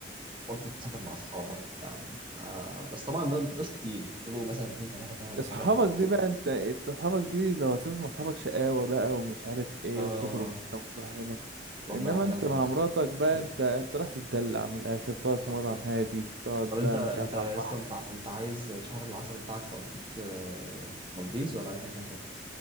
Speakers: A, on the right (about 30°); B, on the right (about 65°).
A: برضه بتسافر مع اصحابك فاهم؟ آه، بس طبعا ما بيبقوش كتير يعني بيبقوا مثلا اتنين تلاته كده ولا
B: أصحابك
A: حاجه اخركم
B: دي بقى أنت أنت أصحابك دي لو هتسافر مع أصحابك شقاوة بقى ومش عارف إيه
A: اه
B: وتخرج هنا وتروح هنا
A: نروح
B: إنما
A: بقى هولندا
B: أنت مع
A: ولا
B: مراتك
A: حاجه
B: بقى
A: نخربها
B: أنت أنت راح تتدلع من الآخر تقعد في
A: طب
B: مطعم هادي تقعد
A: طب انت
B: بقى
A: انت
B: مش عارف
A: يا
B: على البحر
A: اسطى انت انت عايز شهر العسل بتاعك تقضيه في آه، في مالديفز ولا عايز مكان